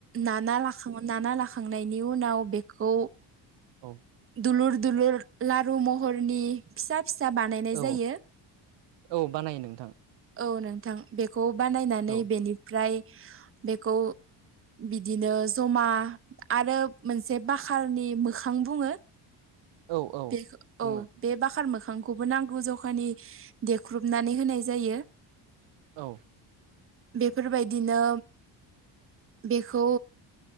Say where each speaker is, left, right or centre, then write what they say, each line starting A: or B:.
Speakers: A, on the right (about 30°); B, on the right (about 75°).
A: नाना लाखां नाना लाखांनायनि उनाव बेखौ
B: औ
A: दुलुर दुलुर लारु महरनि फिसा फिसा बानायनाय
B: औ
A: जायो।
B: औ बानायो नोंथां
A: औ नोंथां बेखौ बानायनानै
B: औ
A: बेनिफ्राय बेखौ बिदिनो जमा आरो मोनसे बाखारनि मोखां बुङो।
B: औ औ
A: बे
B: बुङो
A: औ बे बाखार मोखां बिफांखौबो नांगौ जखानि देख्रुबनानै होनाय जायो।
B: औ
A: बेफोरबायदिनो बेखौ